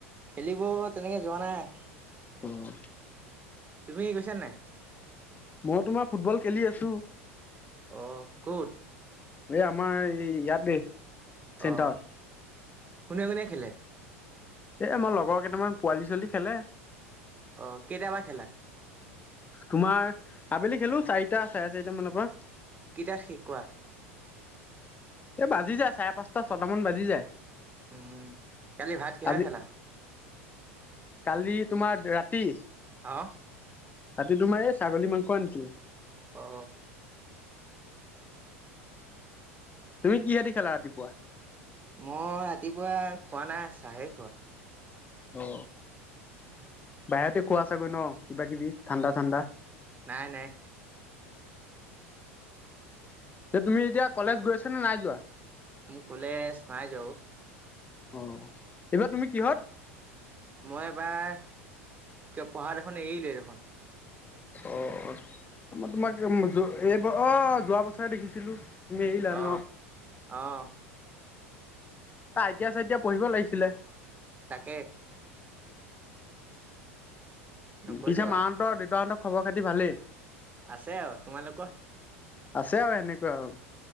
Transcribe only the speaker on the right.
খেলিব তেনেকে যোৱা নাই।
তুমি গৈছা নাই?
অ ক'ত?
অ কোনে কোনে খেলে?
অ কেইটা পা খেলা?
কেইটাক শিকোৱা।
উম কালি ভাত কিহেৰে
খালা
অ।
অ।
মই ৰাতিপুৱা খোৱা নাই, চাহেই খোৱা।
<inaudible>
নাই, নাই।
মোৰ কলেজ নাই যোৱা অ'।
মই এবাৰ পঢ়া দেখোন এৰিলোৱেই দেখোন।
অ'
অ'।
তাকে। নকৰিলো
আৰু
আছে আৰু তোমালোকৰ?